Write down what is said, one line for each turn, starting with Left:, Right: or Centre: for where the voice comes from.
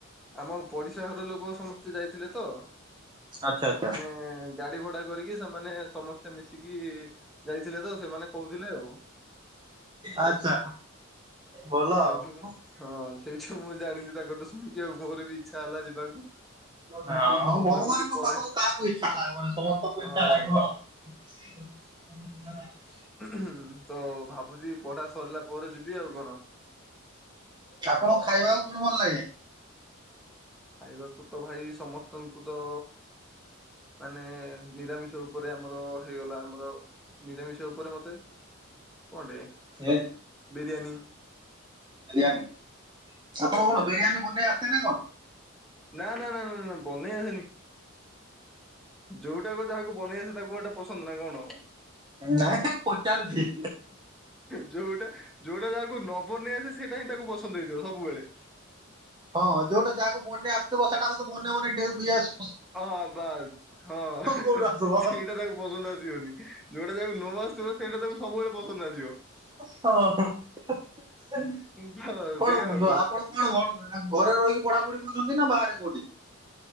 Centre: ଆମ ପଡିଶା ଘର ଲୋକ ସମସ୍ତେ ଯାଇଥିଲେ ତ।
Right: ଆଚ୍ଛା ଆଚ୍ଛା
Centre: ମାନେ ଗାଡି ଭଡା କରିକି ସେମାନେ ସମସ୍ତେ ମିଶିକି ଯାଇଥିଲେ ତ ସେମାନେ କହୁଥିଲେ ଆଉ।
Right: ଆଚ୍ଛା ଭଲ
Centre: ତ ସେଇଠୁ
Right: ଆଉ।
Centre: ହଁ ସେଇଠୁ ମୁଁ ଜାଣିଲି ତାଙ୍କଠୁ ଶୁଣିକି। ଆଉ ମୋର ବି ଇଚ୍ଛା ହେଲା ଯିବାକୁ
Right: ହଁ
Centre: ମୁଁ
Right: ଭଗବାନଙ୍କ
Centre: ଭାବୁଛି ପରେ
Right: ପାଖକୁ କାହାକୁ ଇଚ୍ଛା ଲାଗିବ ନାହିଁ, ସମସ୍ତଙ୍କୁ
Centre: ହଁ
Right: ଇଚ୍ଛା ଲାଗିବ। <inaudible>
Centre: ଉଁହୁଁ ତ ଭାବୁଛି ପଢା ସରିଲା ପରେ ଯିବି ଆଉ କଣ।
Right: ଆପଣଙ୍କୁ ଖାଇବାକୁ କଣ ଭଲ ଲାଗେ?
Centre: ଖାଇବାକୁ ତ ଭାଇ ସମସ୍ତଙ୍କୁ ତ ମାନେ ନିରାମିଷ ଉପରେ ଆମର ହେଇଗଲା ଆମର ନିରାମିଷ ଉପରେ ମତେ କଣ ଟେ
Right: ଏଁ
Centre: ବିରିୟାନୀ
Right: ବିରିୟାନୀ। ଆପଣଙ୍କୁ
Centre: ଆଜ୍ଞା
Right: କଣ ବିରିୟାନୀ ବନେଇ ଆସେ ନା କଣ?
Centre: ନା ନା ନା ନା ନା ନା ବନେଇ ଆସେନି। ଯୋଉ ଟା କଣ ଯାହାକୁ ବନେଇ ଆସେ ତାକୁ କଣ ସେଇଟା ପସନ୍ଦ ନାଁ କଣ?
Right: ନାଇଁ ମୁଁ ପଚାରୁଛି।
Centre: ଯୋଉଟା ଯୋଉଟା ଯାହାକୁ ନ ବନେଇ ଆସେ ସେଇଟା ହିଁ ତାକୁ ପସ୍ ନ୍ଦ ହେଇଥିବ ସବୁବେଳେ।
Right: ହଁ ଯୋଉଟା ଯାହାକୁ ବନେଇ ଆସୁଥିବ ସେଇଟା ତ ସେ ବନେଇ ବନେଇ ଡେଲ୍ ୟସ୍
Centre: ହଁ ବାସ୍ ହଁ ହେଁ
Right: କୋଉଠୁ
Centre: ହେଁ
Right: ଆସିବ
Centre: ସେଇଟା ତାକୁ ପସନ୍ଦ ଆସିବନି। ଯୋଉଟା ଯାହାକୁ ନ ଆସୁଥିବ ସେଇଟା ତାକୁ ସବୁବେଳେ ପସନ୍ଦ ଆସିବ।
Right: <unintelligible>
Centre: ତ
Right: କଣ
Centre: ସେଇଆ ଆଉ
Right: ବ ଆପଣ କଣ <unintelligible> ଘରେ ରହିକି ପଢାପଢି କରୁଛନ୍ତି ନା ବାହାରେ କୋଉଠି?